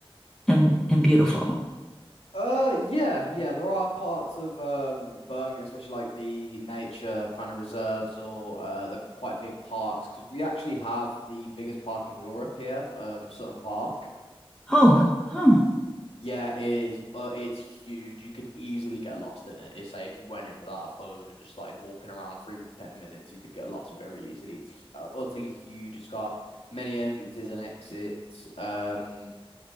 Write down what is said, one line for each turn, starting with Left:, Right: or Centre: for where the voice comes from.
Centre: and and beautiful.
Left: Uh, yeah, yeah. There are parts of um Birmingham, especially like the nature kind of reserves or uh the quite big parks, because we actually have the biggest park in Europe here, um Sutton Park.
Centre: Oh, huh.
Left: Y- Yeah, it is. Uh, it's huge. You could easily get lost in it. It's like if you went in without a phone and just started walking around for even ten minutes, you could get lost very easily. It's uh, utterly huge. It's got many entrances and exits. Um,